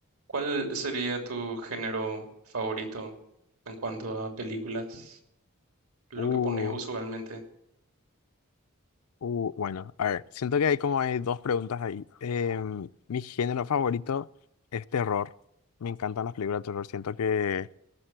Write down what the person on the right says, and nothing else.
¿Cuál sería tu género favorito en cuanto a películas? Lo
que pones usualmente.